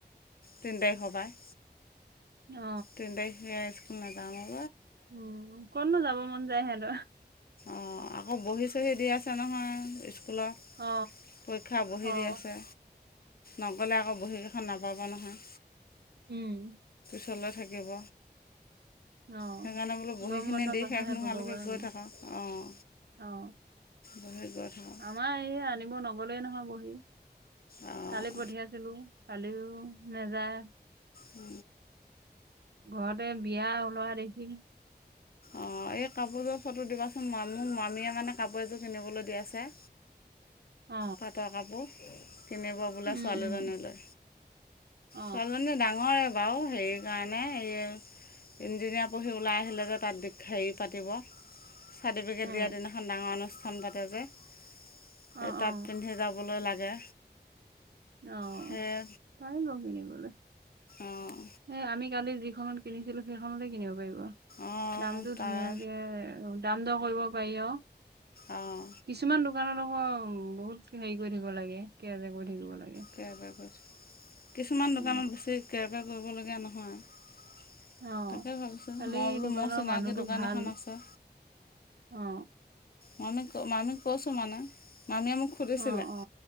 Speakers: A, on the left (about 60°); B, on the right (about 75°).
A: তিনি তাৰিখৰ পৰা
B: অ,
A: তিনি তাৰিখে স্কুল নেযাওঁ
B: উম কতনো যাব মন যায় হেঁত
A: অ আকৌ বহি চহি দি আছে নহয় স্কুলত
B: অ,
A: পৰীক্ষা বহি
B: অ,
A: দি আছে নগ'লে আকৌ বহীকেইখন নাপাব নহয়
B: উম
A: চলি থাকিব
B: অ
A: সেইকাৰণে বোলো বহীখিনি
B: গৰম বন্ধৰ
A: দি
B: পাছতহে
A: শেষ নোহোৱালৈকে
B: পাব গৈ উম
A: থাকক অঁ
B: অ
A: বহী গৈ থাকক
B: আমাৰ এই আনিব নগলেই নহয় বহি
A: অঁ
B: কালি পঠিয়াইছিলো কালিও নেযায়
A: উ
B: ঘৰতে বিয়া ওলোৱা দেখি
A: অ এই কাপোৰৰ ফটো দিবাচোন ম মোৰ মামীয়ে মানে কাপোৰ এযোৰ কিনিবলৈ দি আছে
B: অ,
A: পাটৰ কাপোৰ কিনিব বোলে
B: উম,
A: ছোৱালীজনীলৈ
B: উম, অ,
A: ছোৱালীজনী ডাঙৰে বাৰু সেইকাৰণে এ ইঞ্জিনিয়াৰ পঢ়ি ওলাই আহিলে যে তাত হেৰি পাতিব চাৰ্টিফিকেট
B: উম,
A: দিয়াৰ দিনাখন ডাঙৰ অনুষ্ঠান পাতে যে
B: অ
A: তাত
B: অ
A: পিন্ধি যাবলৈ লাগে
B: অ
A: সেয়ে
B: পাৰিব কিনিবলে
A: অঁ
B: এ আমি কালি যিখনত কিনিছিলো সেইখনতে কিনিব পাৰিব
A: অঁ
B: দামতো
A: তাৰ
B: ধুনীয়াকে দাম দৰ কৰিব পাৰি অ
A: অঁ
B: কিছুমান দোকানত আকৌ উম বহুত হেৰি কৰি থাকিব লাগে কেজে কৰি থাকিব লাগে
A: কেৰবেৰ কিছুমান
B: উম
A: দোকানত বেছি কেৰ পেৰ কৰিবলগীয়া নহয়
B: অ
A: তাকে ভাবিছোঁ
B: কালি
A: মই বোলো
B: দোকানৰ
A: মোৰ চিনাকি
B: মানুহতো
A: দোকান
B: ভাল
A: এখন আছে
B: অ
A: মামি মামিক কৈছো মানে মামীয়ে মোক সুধিছিলে
B: অ অ